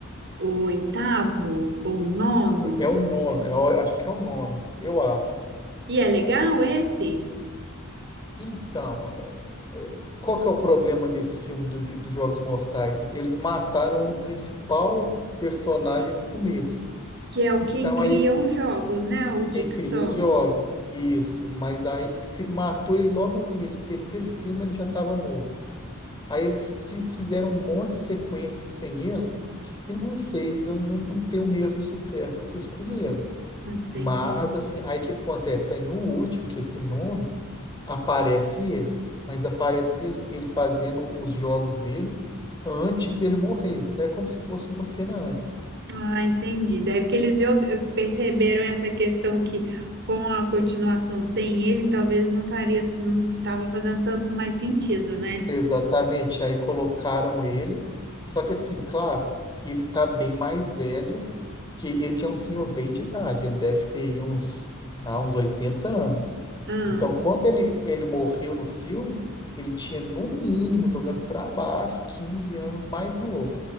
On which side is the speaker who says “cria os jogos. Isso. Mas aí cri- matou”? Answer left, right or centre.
Left